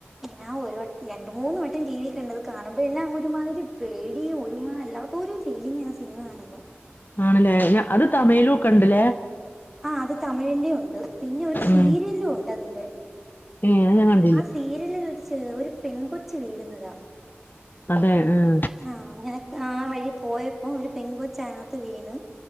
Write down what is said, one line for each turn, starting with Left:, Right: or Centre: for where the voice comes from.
Centre: ഞാൻ ഒരു വട്ടം രണ്ട് മൂന്ന് വട്ടം ടീ വി കണ്ടത് കാണുമ്പോ എല്ലാം അങ് ഒരുമാതിരി പേടിയും ഒരുമാ വല്ലാത്തൊരു ഫീലിംങ്ങാ ആ സിനിമ കാണുമ്പോ.
Left: ആണല്ലേ ഞാ അത് തമഴ്ലുക്കെണ്ടല്ലേ?
Centre: ആഹ് അത് തമിഴിന്റെ ഒണ്ട്. പിന്നെ ഒരു സീരിയലിലും
Left: ഉം
Centre: ഒണ്ട് അതിന്റെ.
Left: ഏഹ് അത്- <unintelligible>
Centre: ആഹ് സീരിയലിൽച്ച് ഒരു പെൺ കൊച്ച് വീഴ്ന്നതാ..
Left: അതെ അഹ്.
Centre: ആഹ് അങ്ങനക്കെ ആ വഴി പോയപ്പോ ഒരു പെൺകൊച്ചതിനാത്ത് വീണ്